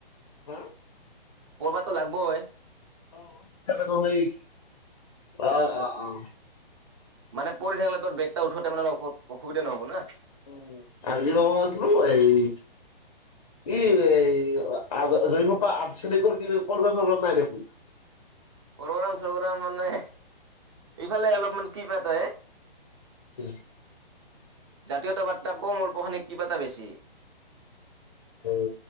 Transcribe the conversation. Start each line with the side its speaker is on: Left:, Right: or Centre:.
Left: হা?
Right: পঢ়বাতো লাগিবই।
Left: <unintelligible> অ'- অ'- অ'।
Right: মানে পৰি থাকিলে তোৰ বেগটা উঠোতেই মানে অস- অসুবিধা নহ'ব না?
Left: উম এদিনত কিমান পৰে ই? ই <unintelligible> ৰ পৰা আঠ চলি গ'ল <unintelligible> কিন্তু পোন্ধৰ-ষোল্লত নাই দেখোন।
Right: প্ৰগ্ৰাম চগ্ৰাম মানে ইফালে অলপমান কি পাতা হে?
Left: উম
Right: জাতীয়তাবাদ তা কম <unintelligible> কিবা এটা বেছি।
Left: সেই